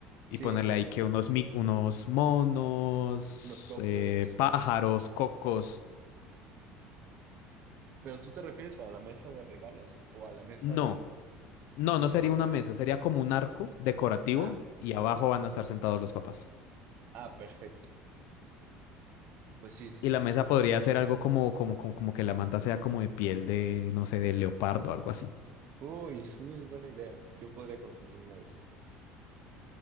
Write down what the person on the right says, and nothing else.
Sí,
exacto.
Unos cocos.
Pero ¿tú te refieres a la mesa de regalos o a la mesa
de los
de
los
papás?
Ah,
ah, perfecto. Pues sí, sí,
sí.
Uy, sí, es buena idea. Yo podría conseguir una de esas.